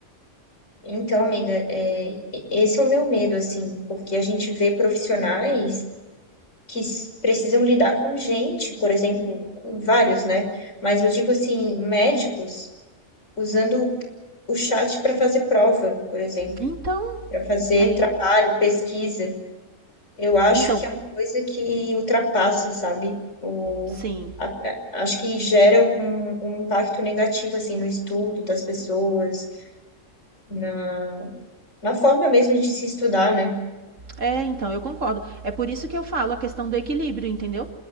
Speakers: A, on the left; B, on the right.
A: Então, amiga, é, e- esse é o meu medo, assim, porque a gente vê profissionais que s- precisam lidar com gente, por exemplo, vários, né? Mas eu digo assim, médicos usando o chat para fazer prova, por exemplo,
B: Então,
A: para fazer
B: aí,
A: trabalho, pesquisa. Eu acho
B: então,
A: que é uma coisa que ultrapassa, sabe? O,
B: sim,
A: a- a- acho que gera um, um um impacto negativo, assim, no estudo das pessoas, na, na forma mesmo de se estudar, né?
B: É, então, eu concordo. É por isso que eu falo a questão do equilíbrio, entendeu?